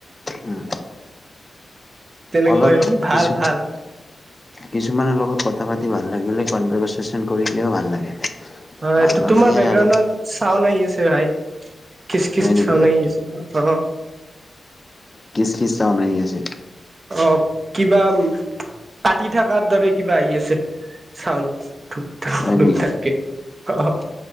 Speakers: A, on the left (about 20°); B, on the right (about 40°).
A: উম,
B: তেনেকুৱাই
A: অলপ
B: মানে ভাল
A: পিছত।
B: ভাল
A: কিছুমানৰ লগত কথা পাতি ভাল লাগিলে, কণভাৰ্চেচন কৰিও ভাল লাগে।
B: হয়
A: ভাল
B: এটো,
A: নালাগিল
B: তোমাৰ বেকগ্ৰাউণ্ডত
A: আৰু
B: চাওন আহি আছে ভাই কিচ কিচ
A: হয় নেকি
B: চাওন আহি আছে, <unintelligible>
A: কিচ কিচ ছাউণ্ড আহি আছে।
B: অ', কিবা, কাটি থকাৰ দৰে কিবা আহি আছে। ছাউণ্ড <unintelligible>
A: হয় নেকি